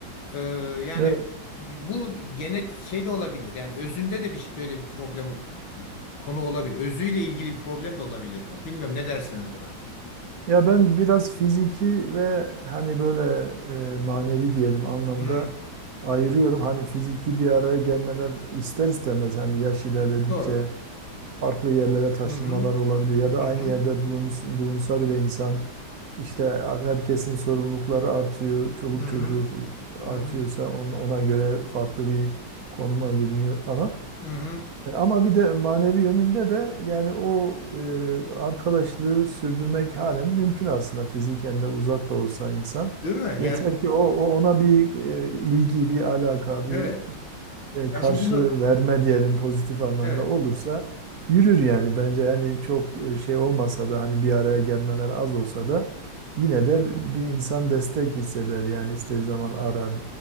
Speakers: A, on the left; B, on the right.
A: Ee, yani
B: Evet.
A: bu genet şey de olabilir. Yani özünde de bir böyle bir problem o- e, konu olabilir. Özüyle ilgili bir problem de olabilir bu. Bilmiyorum ne dersiniz buna?
B: Ya ben biraz fiziki ve hani böyle e, manevi diyelim anlamda
A: Hmm,
B: ayırıyorum. Hani fiziki bir araya gelmeler ister istemez hani yaş ilerledikçe
A: doğru.
B: farklı yerlere taşınmalar
A: Hı hı.
B: olabiliyor ya da
A: Hı
B: aynı
A: hı.
B: yerde bulunsa, bulunsa bile insan işte ar- herkesin sorumlulukları artıyor, çoluk
A: Hı
B: çocuğu
A: hı.
B: artıyorsa
A: Hı hı.
B: on- ona göre farklı bir konuma bürünüyor falan.
A: Hı hı.
B: E, Ama bir de manevi yönünde de yani o e, arkadaşlığı sürdürmek halen mümkün aslında fiziken de uzak da olsa insan.
A: Değil mi?
B: Yeter
A: Yani
B: ki o, o- ona bir e, ilgi, bir alaka, bir
A: evet.
B: e,
A: Yani
B: karşı
A: şimdi bunu
B: verme diyelim pozitif anlamda
A: evet.
B: olursa yürür yani bence yani çok e, şey olmasa da hani bir araya gelmeler az olsa da yine de bir insan destek hisseder yani istediği zaman arar,